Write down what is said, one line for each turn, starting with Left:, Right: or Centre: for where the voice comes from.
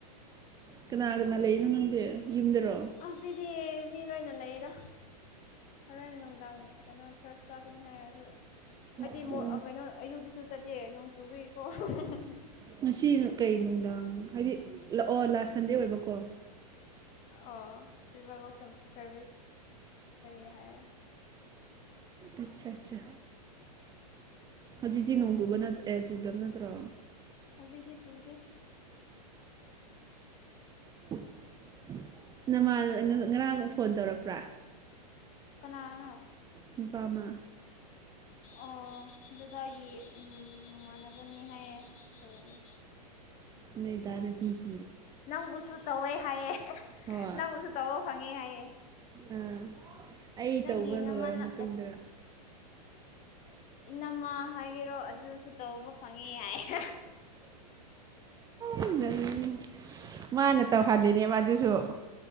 Right: ꯀꯅꯥ ꯀꯅꯥ ꯂꯩꯔꯤꯅꯣ ꯅꯪꯗꯤ ꯌꯨꯝꯗꯔꯣ
Left: ꯍꯧꯖꯤꯛꯗꯤ ꯃꯤ ꯂꯣꯏꯅ ꯂꯩꯌꯦꯗ ꯍꯣꯔꯦꯟꯅꯨꯡ ꯀꯩꯅꯣ ꯆꯔꯁ ꯀꯥꯀꯅꯤ ꯍꯥꯏ ꯑꯗꯨ ꯑꯩꯗꯤ
Right: ꯑꯣ
Left: ꯃ ꯀꯩꯅꯣ ꯑꯌꯨꯛꯇꯛꯇꯁꯨ ꯆꯠꯇꯦ ꯅꯣꯡ ꯆꯨꯕ ꯀꯣ ꯍꯨꯝ ꯍꯨꯝ ꯍꯨꯝ
Right: ꯉꯁꯤ ꯀꯩ ꯅꯨꯡꯗꯥꯡ ꯍꯥꯏꯗꯤ ꯂ ꯑꯣ ꯂꯥꯁ ꯁꯟꯗꯦ ꯑꯣꯏꯕꯀꯣ
Left: ꯑꯣ ꯚꯤꯕꯕꯣ ꯁꯝ ꯁꯔꯚꯤꯁ ꯂꯩꯌꯦ ꯍꯥꯏꯌꯦ
Right: ꯑꯆꯥ ꯑꯆꯥ ꯍꯧꯖꯤꯛꯇꯤ ꯅꯣꯡꯆꯨꯕ ꯅ ꯑꯦ ꯆꯨꯗꯕ ꯅꯠꯇ꯭ꯔꯣ
Left: ꯍꯧꯖꯤꯛꯇꯤ ꯆꯨꯗꯦ
Right: <inaudible> ꯅꯃꯥꯜ ꯉꯔꯥꯡ ꯐꯣꯟ ꯇꯧꯔꯛꯄ꯭ꯔꯥ
Left: ꯀꯅꯥꯅꯣ
Right: ꯅꯨꯄꯥ ꯑꯃꯥ
Left: ꯑꯣ ꯗꯗꯥꯒꯤ ꯏꯝ ꯃꯃꯥꯟꯅ ꯕꯅꯤ ꯍꯥꯏꯌꯦ ꯇꯧꯔꯛ ꯑꯦ
Right: ꯅꯣꯏ ꯗꯥꯗ ꯄꯤꯈꯤ
Left: ꯅꯪꯕꯨꯁꯨ ꯇꯧꯋꯦ ꯍꯥꯏꯌꯦ <inaudible>
Right: ꯍꯣꯏ
Left: ꯅꯪꯕꯨꯁꯨ ꯇꯧꯕ ꯐꯪꯉꯦ ꯍꯥꯏꯌꯦ <inaudible>
Right: ꯑꯥ ꯑꯩ
Left: ꯅꯪꯒꯤ
Right: ꯇꯧꯕ
Left: ꯅꯃꯥꯅ
Right: ꯂꯣꯏꯔ ꯃꯇꯨꯡꯗ
Left: <inaudible> ꯏꯅꯝꯃ ꯍꯥꯏꯒꯦꯔꯣ ꯑꯗꯨꯁꯨ ꯇꯧꯕ ꯐꯪꯉꯦ ꯍꯥꯏ <inaudible>
Right: ꯎꯝ ꯅꯣꯛꯅꯤꯡꯉꯤ ꯃꯥꯅ ꯇꯧꯍꯟꯂꯤꯅꯦ ꯋꯥ ꯑꯗꯨꯁꯨ